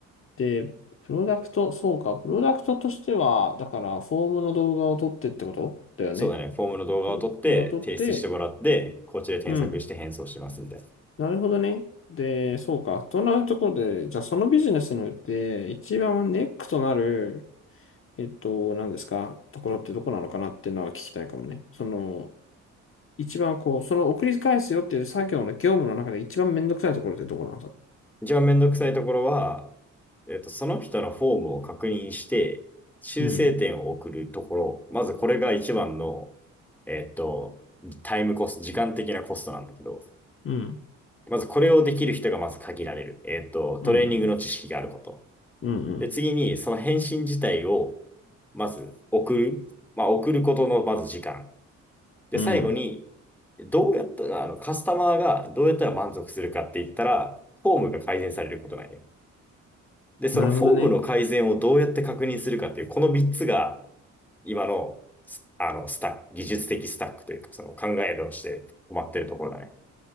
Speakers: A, on the left; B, in the centre.
A: で、プロダクト、そうか、プロダクトとしては、だから、フォームの動画を撮ってってことだよね。
B: そうだね、フォームの動画を撮って提出してもらって、
A: 動画を撮って、
B: こっちで添削して返送しますんで
A: うん。なるほどね。で、そうか。となるところで、じゃあそのビジネスにおいて、一番ネックとなる、えっと、何ですか、ところってどこなのかなっていうのは聞きたいかもね。その、一番こう、その送り返すよっていう作業の業務の中で一番めんどくさいところってどこなの
B: 一番めんどくさいところは、えっと、その人のフォームを確認して、修正点を送るところ、
A: うん、
B: まずこれが一番の、えっと、タイムコスト、時間的なコストなんだけど、
A: うん、
B: まずこれをできる人がまず限られる。えっと、トレーニングの知識があること。
A: うん、うん、うん、
B: で、次に、その返信自体を、まず送る。まあ、送ることのまず時間。で、
A: うん。
B: 最後に、どうやったら、あの、カスタマーがどうやったら満足するかって言ったら、フォームが改善されることなんよ。で、そのフォームの改善をどうやって確認するかっていう、
A: なるほどね。
B: この3つが、今の、すあの、スタック、技術的スタックというか、その考えとして止まってるところだね。